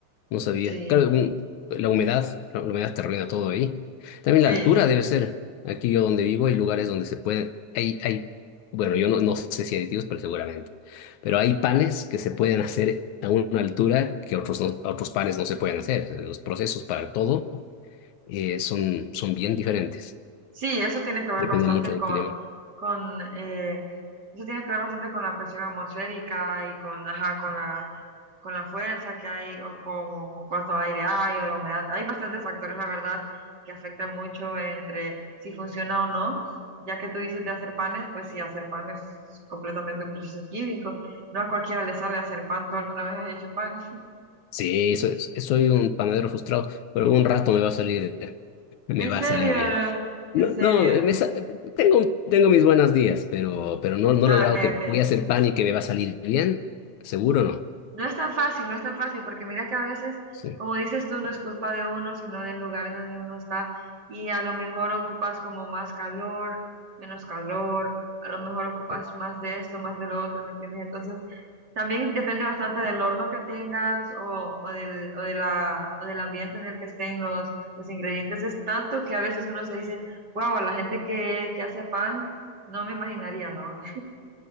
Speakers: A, on the left; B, on the right.
A: No sabía.
B: Sí,
A: Claro, un- la humedad, la, la humedad te arruina todo ahí. También
B: sí.
A: la altura debe ser. Aquí yo donde vivo hay lugares donde se puede, hay, hay, bueno, yo no, no sé si aditivos, pero seguramente. Pero hay panes que se pueden hacer a una altura que otros, no- otros panes no se pueden hacer. Los procesos para todo eh, son, son bien diferentes.
B: Sí, eso tiene que ver
A: Depende
B: bastante
A: mucho del
B: con,
A: clima.
B: con eh, eso tiene que ver bastante con la presión atmosférica y con, ajá, con la, con la fuerza que hay o como, con cuánto aire hay o la humedad. Hay bastantes factores, la verdad, que afectan mucho entre si funciona o no. Ya que tú dices de hacer panes, pues sí, hacer pan es completamente un proceso químico. No a cualquiera le sale hacer pan. ¿Tú alguna vez has hecho pan? <laughs>
A: Sí, so- soy un panadero frustrado, pero un rato me va a salir, me
B: ¿En
A: va
B: serio?
A: a salir bien.
B: ¿En
A: No,
B: serio?
A: no, me sa- tengo, tengo mis buenos días, pero, pero no, no
B: Ah,
A: he logrado
B: ok,
A: que
B: ok.
A: voy a hacer pan y que me va a salir bien. Seguro no.
B: No es tan fácil, no es tan fácil, porque mira que a veces,
A: Sí,
B: como dices tú, no es culpa de uno, sino del lugar en donde uno está, y a lo mejor ocupas como más calor, menos calor, a lo mejor ocupas
A: eh,
B: más de esto, más de lo otro, ¿me entiendes? Entonces, también depende bastante del horno que tengas o, o del, o de la, o del ambiente en el que estén los, los ingredientes. Es tanto que a veces uno se dice, wow, la gente que, que hace pan, no me imaginaría, ¿no?